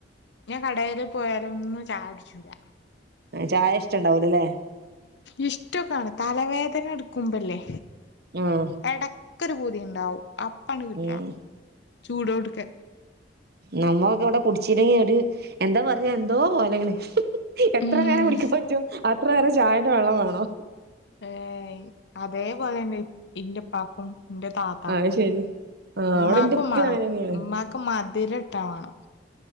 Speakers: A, on the left; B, on the right.
A: ഞാൻ കടേല് പോയാലൊന്നും ചായ കുടിച്ചൂല
B: ചായ ഇഷ്ട്ടണ്ടാവുലലെ
A: ഇഷ്ട്ടൊക്കാണ് തലവേദന ഇട്ക്കുമ്പോ ഇല്ലേ
B: ഉം
A: എടക്കൊരു പുതി ഇണ്ടാവും അപ്പണ്ട് കിട്ടണം
B: ഉം
A: ചൂടോട്ക്കെ
B: നമ്മളൊക്കെ ഇവിടെ കുടിച്ചില്ലെങ്കി ഒരു എന്താ പറയാ എന്തോ പോലേണ് എത്ര
A: ഉം
B: നേരം കുടിക്കാൻ പറ്റും അത്ര നേരം ചായേന്റെ വെള്ളം വേണം
A: ഏഹ് അതേപോലെണ് ഇന്റെ ഉപ്പാക്കും ഇന്റെ താത്താക്കും
B: അത് ശരി ആഹ്
A: ഇമ്മാക്കും
B: അവിടെ എന്റെ ഉപ്പി
A: വേണം
B: അങ്ങനെ തന്നെയാണ്
A: ഇമ്മാക്ക് മധിരം ഇട്ട വേണം